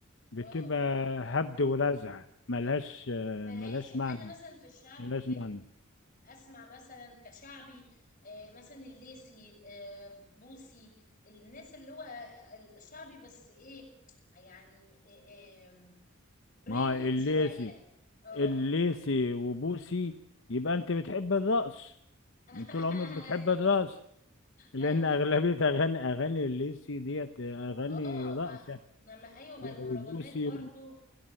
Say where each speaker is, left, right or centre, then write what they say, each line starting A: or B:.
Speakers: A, on the left (about 60°); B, on the left (about 40°).
A: بتبقى
B: اه
A: هبد ورزع ملهاش آه،
B: ملهاش
A: ملهاش
B: انا
A: معنى
B: مثلا في الشعبي
A: ملهاش
B: بحب
A: معنى
B: اسمع مثلا كشعبي آه، مثلا الليسي آه، بوسي الناس اللي هو الشعبي بس ايه يعني آه، آم، بريميوم
A: ما هو الليسي
B: شوية اه
A: الليثي وبوسي يبقى انت بتحب الرقص
B: <laughs>
A: من طول عمرك بتحب
B: ايوه
A: الرقص لان
B: ايوه
A: اغلبيه اغاني اغاني الليثي ديت اغاني
B: اه
A: رقص
B: ما
A: يعني
B: لما ايوه ما
A: و-
B: المهرجانات
A: وبوسي
B: برضو